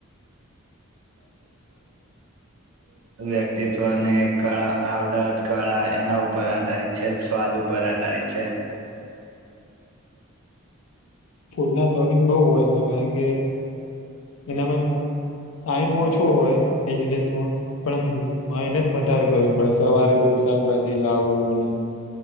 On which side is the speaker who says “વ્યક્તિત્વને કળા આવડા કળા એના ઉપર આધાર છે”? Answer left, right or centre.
Right